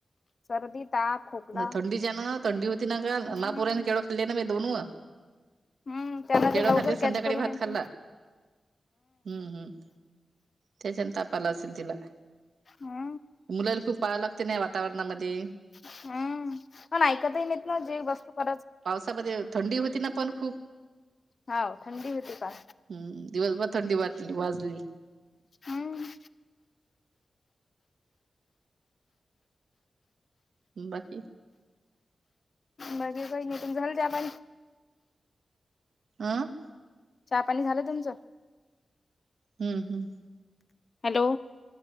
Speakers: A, on the left; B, on the right.
A: सर्दी, ताप खोकला
B: थंडीच्या ना थंडी होती ना का
A: हम्म
B: महापुरा केवळं खाल्ली ना दोन व
A: हम्म त्यांना
B: केडं
A: ते लवकर
B: खाल्ले
A: कॅच
B: संध्याकाळी
A: करून
B: भात
A: येते
B: खाल्ला. हम्म हम्म त्याच्यान तापाला असेल तिला.
A: हा.
B: मुलाला खूप पाहावं लागते नाही वातावरणामध्ये.
A: हम्म पण ऐकतही नाहीत ना जी वस्तू खतच
B: त्यामध्ये थंडी होती ना पण खूप
A: होा थंडी होती का
B: हम्म दिवसभर थंडी वाटली वाजली.
A: हम्म.
B: बाकी.
A: बाकीे का मी तुून झालं त्या प
B: <inaudible>
A: चहापाणी झालं तुमचं
B: हम्म हम्
A: हॅलो!